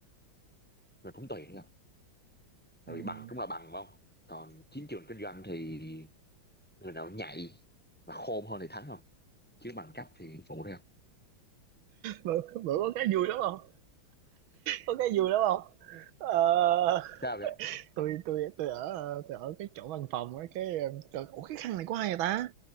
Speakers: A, in the centre; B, on the right.
A: rồi cũng tùy nữa không tại
B: ừm.
A: vì bằng cũng là bằng phải không còn chiến trường kinh doanh thì người nào nhạy và khôn hơn thì thắng không chứ bằng cấp thì phụ thôi không
B: Bữa bữa có cái vui lắm không Có cái vui lắm không Ờ,
A: sao vậy không
B: tôi tôi tui ở, tôi ở cái chỗ văn phòng á, cái, trời, ủa, cái khăn này của ai vậy ta?